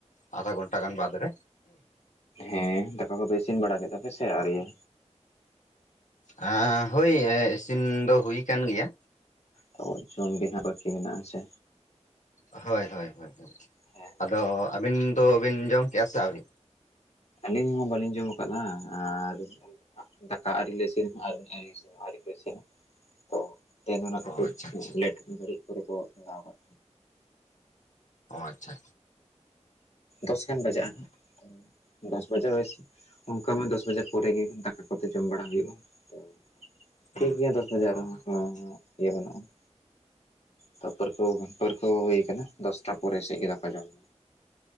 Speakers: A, on the left; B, on the left.
A: ᱟᱫᱷᱟ ᱜᱷᱚᱱᱴᱟ ᱜᱟᱱ ᱵᱟᱫᱽ ᱨᱮᱼᱼ
B: ᱦᱮᱸ ᱫᱟᱠᱟ ᱠᱚᱫᱚ ᱤᱥᱤᱱ ᱵᱟᱲᱟ ᱠᱮᱫᱟ ᱯᱮ ᱥᱮ ᱟᱣᱨᱤᱭᱟ?
A: ᱮᱸ ᱦᱳᱭ ᱤᱥᱤᱱ ᱫᱚ ᱦᱩᱭ ᱟᱠᱟᱱ ᱜᱮᱭᱟ᱾
B: ᱛᱚ ᱡᱚᱢ ᱜᱮ ᱦᱟᱜ ᱵᱟᱹᱠᱤ ᱢᱮᱱᱟᱜ ᱟ ᱥᱮᱼ
A: ᱦᱳᱭ ᱦᱳᱭ ᱦᱳᱭ
B: ᱦᱮᱸ
A: ᱟᱫᱚ ᱟᱹᱵᱤᱱ ᱫᱚ ᱵᱤᱱ ᱡᱚᱢ ᱠᱮᱜᱼᱟ ᱥᱮ ᱟᱹᱣᱨᱤ?
B: ᱟᱹᱞᱤᱧ ᱢᱟ ᱵᱟᱹᱞᱤᱧ ᱡᱚᱢ ᱟᱠᱟᱫᱟ ᱟᱨ ᱫᱟᱠᱟ ᱟᱨᱤ ᱞᱮ ᱤᱥᱤᱱ ᱟᱨᱮ ᱟᱨᱤ ᱤᱥᱤᱱᱟ ᱟᱹᱣᱨᱤ ᱠᱚ ᱤᱥᱤᱱᱟ ᱛᱚ ᱛᱮᱦᱮᱧ ᱫᱚ ᱱᱟᱜ
A: ᱚ
B: ᱠᱟᱹᱴᱤᱡ
A: ᱟᱪᱪᱷᱟ ᱟᱪᱪᱷᱟ
B: ᱞᱮᱴ ᱜᱷᱟᱹᱲᱤᱡ ᱠᱚᱨᱮ ᱠᱚ ᱪᱚᱫᱟᱣ ᱟᱠᱟᱫ
A: ᱚ ᱟᱪᱪᱷᱟ
B: ᱛᱟᱦᱮᱸᱱᱟ <unintelligible> ᱫᱚᱥ ᱵᱟᱡᱟᱜ <unintelligible> ᱚᱱᱠᱟ ᱢᱟ ᱫᱚᱥ ᱵᱟᱡᱮ ᱯᱚᱨᱮ ᱜᱮ ᱫᱟᱠᱟ ᱠᱚᱫᱚ ᱡᱚᱢ ᱵᱟᱲᱟ ᱦᱩᱭᱩᱜᱼᱟ ᱛᱚ ᱴᱷᱤᱠᱜᱮᱭᱟ
A: ᱦᱩᱸ
B: ᱫᱚᱥ ᱵᱟᱡᱟᱨᱦᱚᱸ
A: ᱚ ᱟᱪᱪᱷᱟ
B: ᱦᱚᱸ
A: ᱟᱪᱪᱷᱟ
B: ᱦᱚᱸ ᱤᱭᱟᱹ ᱵᱟᱹᱱᱩᱜᱼᱟ ᱾ ᱛᱟ ᱯᱟᱹᱨᱠᱟᱹᱣ ᱯᱟᱹᱨᱠᱟᱹ ᱦᱩᱭ ᱟᱠᱟᱱᱟ ᱫᱚᱥᱴᱟ ᱯᱚᱨᱮ ᱥᱮᱫ ᱜᱮ ᱫᱟᱠᱟ ᱡᱚᱢ ᱾